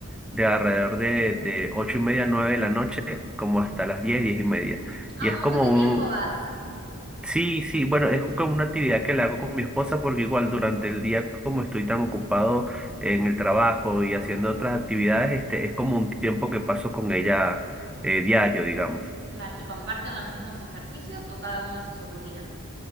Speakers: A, in the centre; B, on the right (about 50°).
A: de alrededor de, de 8 y media, 9 de la noche, como hasta las 10 10 y media.
B: Ah,
A: Y es
B: un montón
A: como
B: de
A: un...
B: tiempo vas.
A: Sí, sí, bueno, es como una actividad que la hago con mi esposa porque igual durante el día, como estoy tan ocupado en el trabajo y haciendo otras actividades, este, es como un tiempo que paso con ella eh, diario, digamos.
B: Claro, ¿y comparten los mismos ejercicios o cada uno hace su rutina?